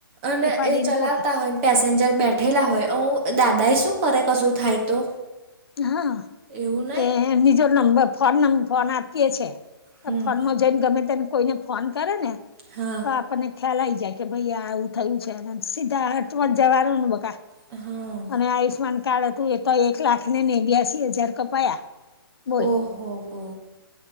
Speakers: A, on the right (about 30°); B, on the left (about 75°).
A: અને
B: ઉપાધીન
A: એ ચલાવતા
B: પોટલા.
A: હોય ને પેસેન્જર બેઠેલા હોય, ઓ દાદા એ શું કરે કશું થાય તો?
B: હા.
A: એવું નહી
B: એ નિજો નંબર ફોન નં ફોન આપીએ છે.
A: હમ
B: એ ફોનમાં જેન ગમે તેને કોઈને ફોન કરે ને,
A: હા
B: તો આપ પણને ખ્યાલ આવી જાય કે ભઈ આ આવું થયું છે. અને સીધા અર્થમાં જવાનુંન બકા.
A: હા
B: અને આયુષ્માન કાર્ડ હતું એ તો એક લાખ ને નેવ્યાંસી હજાર કપાયા. બોલ
A: ઓહો-હો-હો!